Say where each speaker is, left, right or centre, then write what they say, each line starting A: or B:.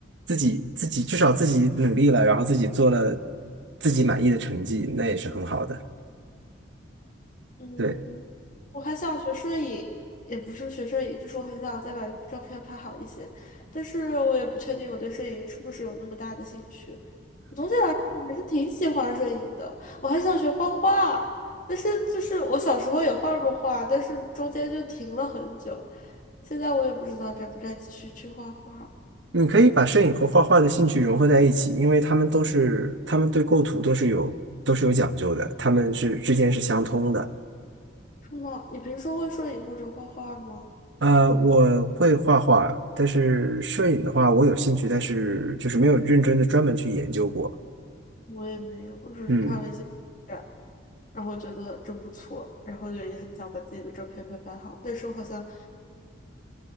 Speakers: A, on the right; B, on the left.
A: 自己自己至少自己努力了，然后自己做了自己满意的成绩，那也是很好的。
B: 嗯，
A: 对，
B: 我还想学摄影，也不是学摄影，就是我很想再把照片拍好一些，但是我也不确定我对摄影是不是有那么大的兴趣。总体来说，我还是挺喜欢摄影的。我还想学画画，但是就是我小时候也画过画，但是中间就停了很久，现在我也不知道该不该继续去画画。
A: 你可以把摄影和画画的兴趣融合在一起，因为他们都是他们对构图都是有都是有讲究的，他们是之间是相通的。
B: 是吗？你平时会摄影或者画画吗？
A: 呃，我会画画，但是摄影的话，我有兴趣，但是就是没有认真的专门去研究过。
B: 我也没有，我只是看了一些展，
A: 嗯
B: 然后觉得这不错，然后就也很想把自己的照片拍拍好。但是我好像，